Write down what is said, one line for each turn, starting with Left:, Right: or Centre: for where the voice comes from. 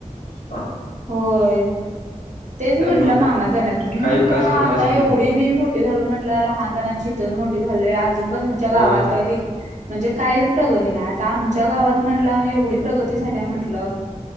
Left: हा.
Right: होय तेच म्हटलं
Left: मग
Right: मामा त्यांनासनी मी
Left: काही
Right: म्हंटलं
Left: विकास
Right: आता
Left: होणारच नाही
Right: एवढी
Left: मग
Right: मी मो मोठी झालोय म्हटलं लहानपणाची इथ मोठी झालोय अजून पण तुमच्या
Left: होय
Right: गावात काही व म्हणजे काहीच प्रगती नाही आता आमच्या गावात म्हटलं एवढी प्रगती झाल्या म्हटल.